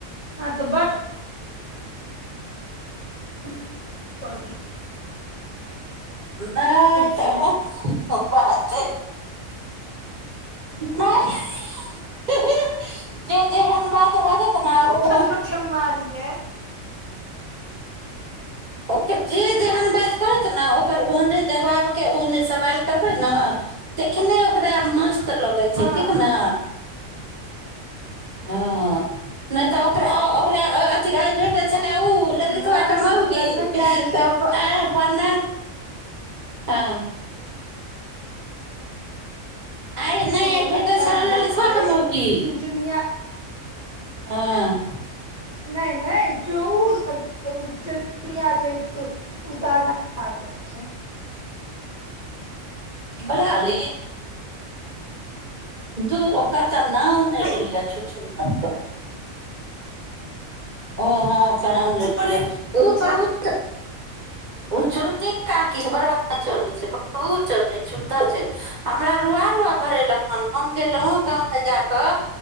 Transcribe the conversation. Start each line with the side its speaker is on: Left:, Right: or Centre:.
Left: हँ तऽ बड बॉरी
Right: नहि
Left: छै
Right: तऽ बात नहि जेहन बात भ जेत ने ओ
Left: मोन नोच के मारिये
Right: ओकर जे जेहन बात करत ने ओकर ओन जवाबके ओहन सवाल करबै ने तखने ओकरा मस्त त लगै
Left: हँ
Right: छै ठीक ने हँ नहि तऽ ओकरा ओकरा अथ भेट छै चल उ ललितवा
Left: नहि
Right: के मौगी
Left: दुललन काकी
Right: आक आ ण हँ आइ नहि
Left: ललन
Right: फेटल
Left: काकी
Right: स
Left: जो
Right: ललत
Left: छै
Right: ब क मौगी
Left: चुनचुनिया
Right: हँअ्
Left: नहि नहि चौल चिया छै त उताा भ जाइ छै <unintelligible>
Right: बलाली दूर ओकर तऽ नाव न
Left: नहि
Right: लिअ छु छुन् अच्छा ओ हं च उन ल
Left: चोरनी
Right: ओ
Left: छै
Right: बत ओ चोरनी काकी बड़ भारी चोरनी छैइ बहुत चोरनी छैइ छूधर छई हमरा रुआ रुआ भरेलक हन हम गेलहु गाँव मे जाक